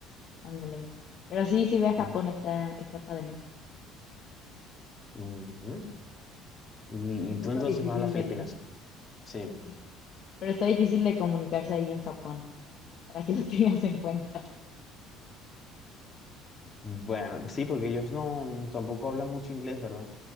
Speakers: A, on the left; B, on the left.
A: Ándale. Pero sí, sí ve a Japón,
B: mm,
A: está, está padre.
B: ujú. Y,
A: Está
B: y
A: un
B: tú
A: poco
B: entonces
A: difícil
B: vas a las Filipinas,
A: de...
B: sí.
A: sí, Pero está difícil de comunicarse ahí en Japón, para que lo <laughs> tengas en cuenta.
B: Bueno, sí, porque ellos no tampoco hablan mucho inglés, ¿verdad?